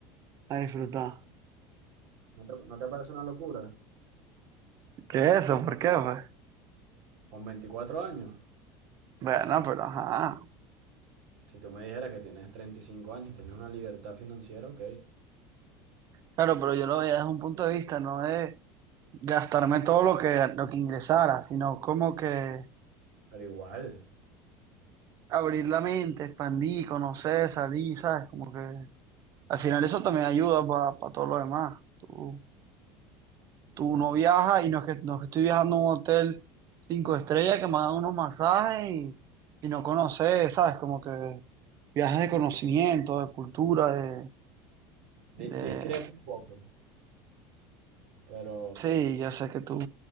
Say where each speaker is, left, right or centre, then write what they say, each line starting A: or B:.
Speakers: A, on the right (about 45°); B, on the right (about 75°).
A: a disfrutar.
B: ¿No te, no te parece una locura?
A: ¿Qué es eso? ¿Por qué, pues?
B: Con 24 años.
A: Bueno, pero ajá.
B: Si tú me dijeras que tienes 35 años y tienes una libertad financiera, ok.
A: Claro, pero yo lo veía desde un punto de vista, no de gastarme todo lo que, lo que ingresara, sino como que
B: Pero igual,
A: abrir la mente, expandir, conocer, salir, ¿sabes? Como que al final eso también ayuda para todo lo demás. Tú
B: bueno,
A: Tú no viajas y no es que, no es que estoy viajando a un hotel cinco estrellas que me dan unos masajes y, y no conoces, ¿sabes? Como que viajes de conocimiento, de cultura, de,
B: di-
A: de...
B: discrepo un poco. Pero,
A: Sí, ya sé que tú,